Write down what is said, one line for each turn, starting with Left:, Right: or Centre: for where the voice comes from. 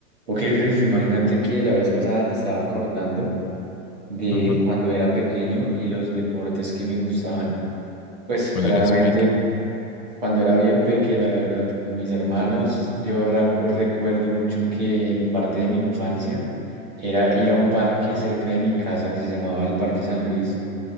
Right: Ok, Renzo, imagínate que la vez pasada me estaba acordando de
Left: Ajá.
Right: cuando era pequeño y los deportes que me gustaban. Pues
Left: Cuando
Right: claramente,
Left: eras peque.
Right: cuando era bien peque, la verdad, con mis hermanos, yo racu- recuerdo mucho que parte de mi infancia era ir a un parque cerca de mi casa que se llamaba el Parque San Luis